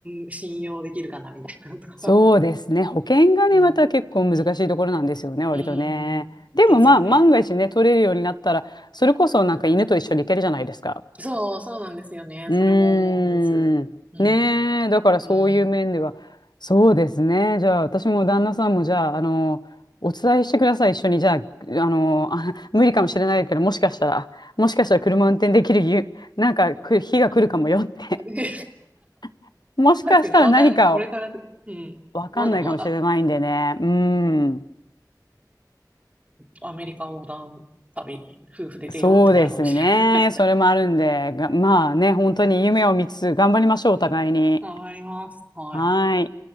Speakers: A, on the right (about 20°); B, on the left (about 75°).
A: うん信用できるかな、みたいなのとか。
B: そうですね。保険がね、
A: うん。
B: また結構難しいところなんですよね、
A: うん。
B: 割とね。
A: うん。
B: でもまあ、
A: ですよね。
B: 万が一ね、取れるようになったら、それこそなんか犬と一緒に行けるじゃないですか。
A: そう、そうなんですよね。
B: うーん。
A: それも思うんです。うん。
B: ねえ、だからそういう面では。
A: うん。
B: そうですね。じゃあ、私も旦那さんも、じゃあ、あの、お伝えしてください、一緒に。じゃあ、あの、あ、無理かもしれないけど、もしかしたら、もしかしたら車運転できるゆ、<laughs> なんか、く、日が来るかもよって。
A: <laughs> そうで
B: <laughs> もしかしたら何かを、
A: すよね。わかんない。これから、うん。
B: わかんないかもしれないんでね。
A: まだまだ。
B: うーん。
A: アメリカ横断旅に夫婦で出ようってなるかもしれない。
B: そうですね。
A: <laughs>
B: それもあるんで、が、まあね、本当に夢を見つつ、頑張りましょう、お互いに。
A: 頑張ります。はい。
B: はーい。